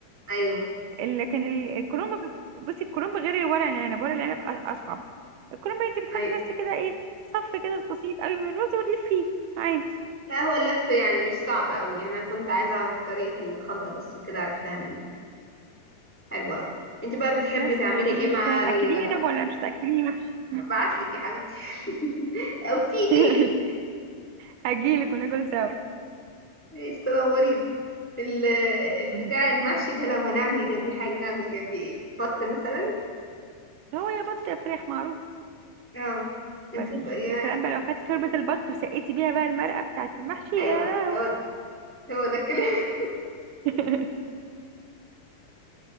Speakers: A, in the centre; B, on the right (about 80°).
A: ايوه
B: لكن ال- الكرنب بت- بصي الكرنب غير الورق العنب ورق العنب أ- اصعب الكرنب انت بتحطي
A: ايوه
B: بس كده ايه صف كده بسيط قوي من الرز وتلفيه عادي
A: لا هو اللف يعني مش صعب قوي انا كنت عايزه اعرف طريقه الخلطه بس وكده عرفتها منك حلو قوي انت بقى بتحبي
B: بس
A: تعملي
B: طب
A: ايه
B: انت
A: مع
B: هتاكليني
A: ال
B: طب ولا مش هتاكليني وحش
A: <laughs> ابعتلك يا حبيبتي <laughs> او تيجي
B: <laughs>
A: لي
B: هجيلك وناكل سوا
A: ايش تنورين ال- <laughs> البتاع
B: قولي.
A: المحشي ده لو هنعمل جنبيه حاجه نعمل جنبيه ايه بط مثلا
B: هو يا بط يا فراخ معروف
A: اه انت
B: بعدين
A: ب... يا...
B: يا سلام بقى لو خدت شوربة البط وسقيتي بيها بقى المرقة بتاعت المحشي
A: ايوه
B: يا لهوي
A: هو ده هو ده الكلام
B: <laughs>